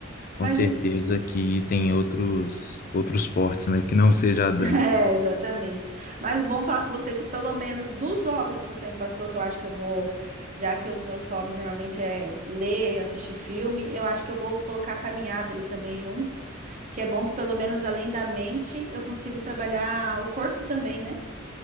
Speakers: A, on the left (about 45°); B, on the right (about 40°).
A: Com
B: Mas,
A: certeza
B: em-
A: que tem outros outros fortes, né, que não seja
B: <laughs>
A: a dança.
B: é, exatamente. Mas bom falar com você que pelo menos dos hobbies que você me passou, que eu acho que eu vou, já que os meus hobbies normalmente é ler, assistir filme, eu acho que eu vou colocar a caminhada ali também junto, que é bom que pelo menos além da mente eu consigo trabalhar o corpo também, né?